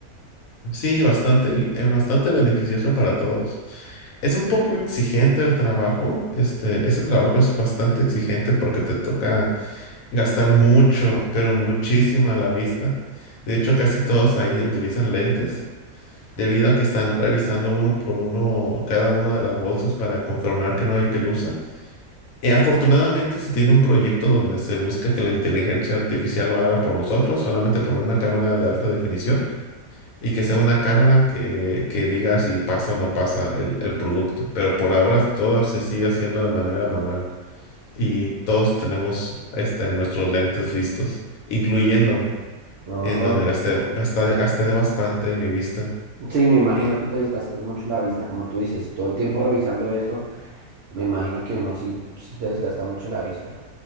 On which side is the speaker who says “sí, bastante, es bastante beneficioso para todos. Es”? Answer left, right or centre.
Left